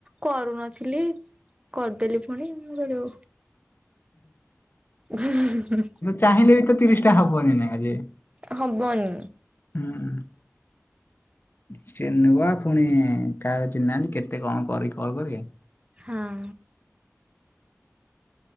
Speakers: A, on the right (about 20°); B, on the left (about 45°).
A: କରୁନଥିଲି। କରିଦେଲି ପୁଣି ମୁଁ କହିଲି ଓ ହୋ।
B: <unintelligible> ତିରିସ୍ ଟା ହବନି ନାଇ ଆଜି।
A: ହବନି।
B: ହୁଁ। ସେ ନୂଆ ପୁଣି କାହାକୁ ଚିହ୍ନି ନାହାନ୍ତି କେତେ କଣ କରିକି କଲ କରିବେ।
A: ହଁ।